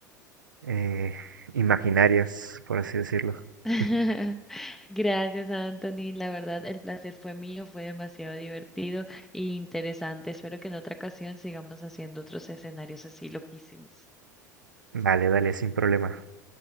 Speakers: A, on the right; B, in the centre.
A: eh, imaginarias, por así decirlo.
B: <laughs>
A: <laughs>
B: Gracias, Anthony. La verdad, el placer fue mío, fue demasiado divertido e interesante. Espero que en otra ocasión sigamos haciendo otros escenarios así loquísimos.
A: Vale, dale, sin problema.